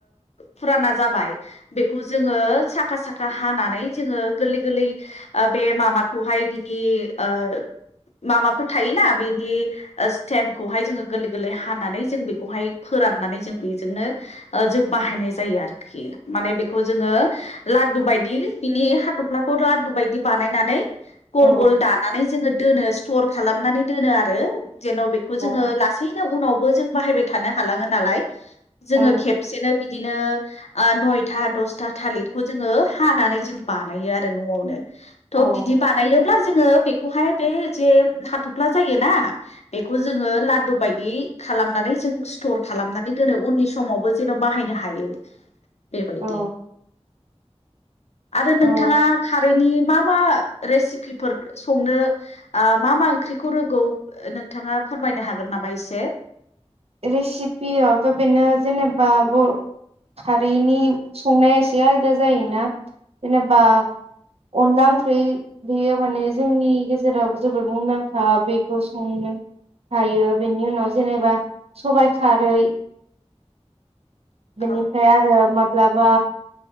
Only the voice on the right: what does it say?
औ
अ
औ
औ
औ
ओ
रेसिपियावथ' बेनो जेनेबा बर' खारैनि संनाया एसे आलादा जायोना जेनेबा अनला ओंख्रि बेयो माने जोंनि गेजेराव जोबोद मुंदांखा बेखौ संनो थायो बेनि उनाव जेनेबा सबाइ खारै
बेनिफ्राय आरो मा माब्लाबा